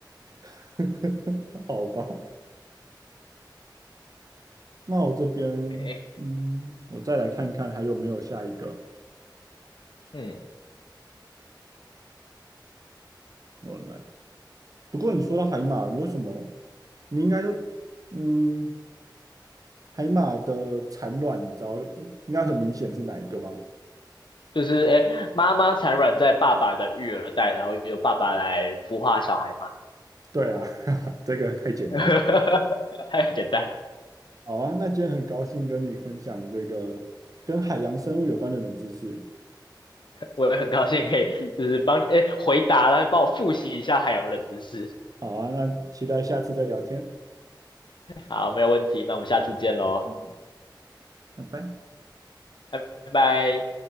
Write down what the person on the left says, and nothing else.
哎，
嗯，
就是哎，妈妈产卵在爸爸的育儿袋，然后由爸爸来孵化小海马，
<laughs> 太简单。
我也很高兴可以就是帮哎回答了，帮我复习一下海洋冷知识。
好，没有问题，那我们下次见喽，
拜拜。